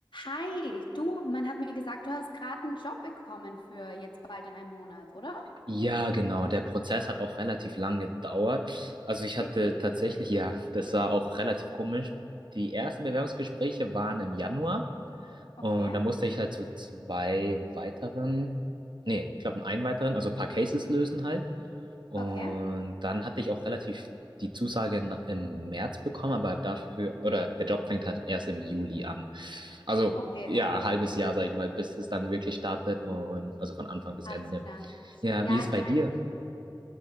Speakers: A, on the left; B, on the right.
A: Hi, du, man hat mir gesagt, du hast gerade einen Job bekommen für jetzt bald in einem Monat, oder?
B: Ja, genau. Der Prozess hat auch relativ lang gedauert. Also ich
A: Wirklich?
B: hatte tatsächlich, ja, das war auch relativ komisch. Die ersten Bewerbungsgespräche waren im Januar
A: Okay,
B: und da musste ich halt zu zwei weiteren, nee, ich glaube einen weiteren, also ein paar Cases lösen halt. Und
A: okay,
B: dann hatte ich auch relativ die Zusage in, im März bekommen, aber dafür, oder der Job fängt halt erst im Juli an. Also
A: okay,
B: ja,
A: okay,
B: ein
A: okay.
B: halbes Jahr, sag ich mal, bis es dann wirklich startet und also von Anfang bis
A: Alles
B: Ende.
A: klar.
B: Ja,
A: Ja,
B: wie ist es
A: ich
B: bei
A: meine,
B: dir?